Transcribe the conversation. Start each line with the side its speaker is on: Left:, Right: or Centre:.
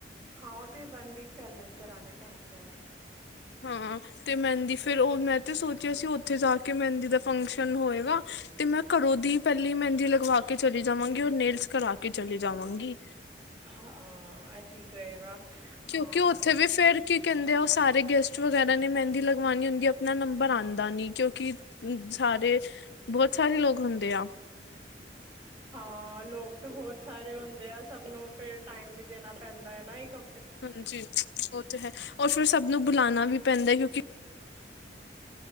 Right: ਹਾਂ। ਉਹ ਤੇ ਵਨ ਵੀਕ ਪਹਿਲਾਂ ਹੀ ਕਰਾਣੇ ਪੈਣਦੇ ਨੇ
Left: ਹਾਂ। ਤੇ ਮਹਿੰਦੀ ਫਿਰ ਉਹ ਮੈਂ ਤੇ ਸੋਚਿਆ ਸੀ ਉੱਥੇ ਜਾ ਕੇ ਮਹਿੰਦੀ ਦਾ ਫੰਕਸ਼ਨ ਹੋਏਗਾ ਤੇ ਮੈਂ ਘਰੋਂ ਦੀ ਪਹਿਲੀ ਮਹਿੰਦੀ ਲਗਵਾ ਕੇ ਚਲੀ ਜਾਵਾਂਗੀ ਉਹਰ ਨੇਲਸ ਕਰਾ ਕੇ ਕੇ ਚਲੇ ਜਾਵਾਂਗੀ‌।
Right: ਹਾਂ ਇਹ ਠੀਕ ਰਹੇਗਾ।
Left: ਕਿਉਂਕਿ
Right: ਹਾਂ
Left: ਉੱਥੇ ਵੀ ਫੇਰ ਕੀ ਕਹਿੰਦੇ ਆ। ਉਹ ਸਾਰੇ ਗੈਸਟ ਵਗੈਰਾ ਨੇ ਮਹਿੰਦੀ ਲਗਵਾਨਣੀ ਹੁੰਦੀ ਆਪਣਾ ਨੰਬਰ ਆਉਂਦਾ ਨੀ ਕਿਉਂਕਿ ਸਾਰੇ ਬਹੁਤ ਸਾਰੇ ਲੋਕ ਹੁੰਦੇ ਆ
Right: ਹਾਂ ਲੋਕ ਤਾਂ ਬਹੁਤ ਸਾਰੇ ਹੁੰਦੇ ਆ ਸਭ ਨੂੰ ਫਿਰ ਟਾਈਮ ਵੀ ਦੇਣਾ ਪੈਂਦਾ ਹੈ ਨਾ ਇੱਕ ਹ
Left: ਹਾਂਜੀ ਉਹ ਤੇ ਹੈ ਰੋ ਫਿਰ ਸਭ ਨੂੰ ਬੁਲਾਣਾ ਵੀ ਪੈਂਦਾ ਕਿਉਂਕਿ